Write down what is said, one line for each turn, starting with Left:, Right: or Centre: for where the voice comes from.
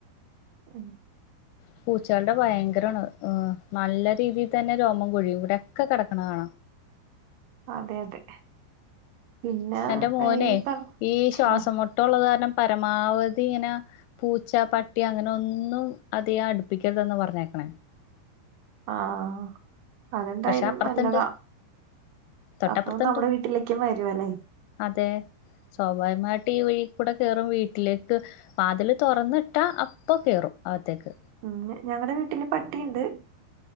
Right: <inaudible>
Left: പൂ ച്ചൾടെ ഭയങ്കരാണ് ഓ നല്ല രീതിൽ തന്നെ രോമം കൊഴിയും ഇവിടെൊക്കെ കിടക്കണ കാണാം
Right: അതെ അതെ പിന്നെ
Left: എന്റെ മോനെ
Right: ഈ പറഞ്ഞ
Left: ഈ ശ്വാസം
Right: ആഹ്
Left: മുട്ടള്ളത് കാരണം പരമാവധി ഇങ്ങനെ പൂച്ച, പട്ടി അങ്ങനെ ഒന്നും അധിയാ അടുപ്പിക്കരുതന്ന് പറഞ്ഞേക്കണേ
Right: ആഹ അതെന്തായാലും
Left: പക്ഷെ അപ്പുറത്തുണ്ട്
Right: നല്ലതാ
Left: തൊട്ടപ്പുറത്തുണ്ട്
Right: അപ്പൊ നമ്മുടെ വീട്ടിലേക്കും വരും അല്ലേ?
Left: അതെ സ്വാഭാവികമായിട്ട് ഈ വഴീൽ കൂടെ കയറും വീട്ട് വീട്ടിലേക്ക് വാതിൽ തുറന്നിട്ടാ അപ്പൊ കേയറും അകത്തേക്ക്
Right: ഉ ഞങ്ങളടെ വീട്ടില് പട്ടിയുണ്ട്